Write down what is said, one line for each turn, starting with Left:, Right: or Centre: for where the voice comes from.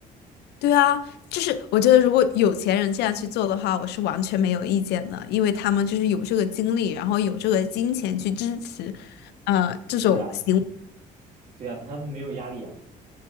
Left: 对啊，就是我觉得如果有钱人这样去做的话，我是完全没有意见的，因为他们就是有这个精力，然后有这个金钱去支持，呃，这种行为
Right: 是啊，对啊，他们没有压力啊。